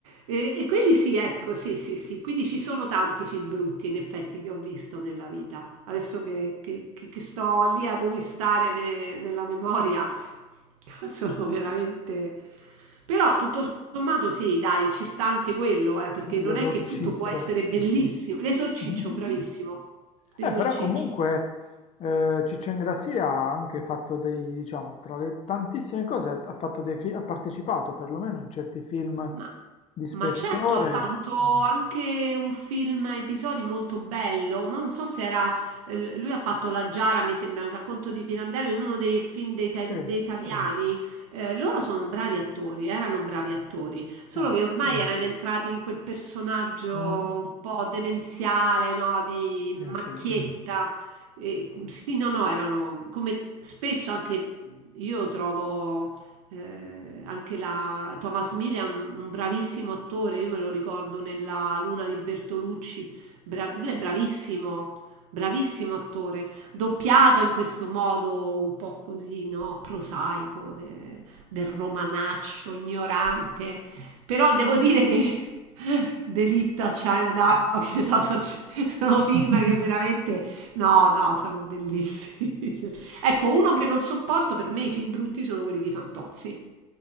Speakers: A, on the right; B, on the left.
A: E, e quelli sì, ecco, sì, sì, sì. Quindi ci sono tanti film brutti, in effetti, che ho visto nella vita. Adesso che, che- che- che sto lì a rovistare ne- nella memoria. <laughs> Sono veramente... Però tutto sommato sì, dai, ci sta anche quello, eh, perché non
B: L'esorciccio.
A: è che tutto può essere bellissimo. L'esorciccio,
B: <laughs>
A: bravissimo. L'esorciccio.
B: Eh, però comunque eh, Ciccio Ingrassia ha anche fatto dei, diciamo, tra le tantissime cose, ha, ha fatto dei fi- ha partecipato perlomeno in certi film
A: Ma,
B: di spessore.
A: ma certo, ha fatto anche un film a episodi molto bello, ma non so se era... eh, Lui ha fatto La Giara, mi sembra, un racconto di Pirandello in uno dei film dei, Ta-
B: Sì,
A: dei Sì. Taviani. Eh, loro sono bravi attori, erano bravi attori, solo
B: ah,
A: che ormai Mm. erano entrati in quel personaggio
B: mm,
A: un po' demenziale, no? Di
B: eh,
A: Mm. macchietta.
B: sì.
A: E, sì, no, no, erano come spesso anche io trovo... Eh, anche la Thomas Milian, un bravissimo attore, io me lo ricordo nella Luna di Bertolucci, bra- lui è bravissimo, bravissimo attore, doppiato in questo modo un po' così, no, prosaico, de- del romanaccio, ignorante, però devo dire che <laughs> Delitto a Chinatown, che so, sono, sono film che veramente, no, no, sono bellissimi. <laughs> Ecco, uno che non sopporto per me i film brutti sono quelli di Fantozzi.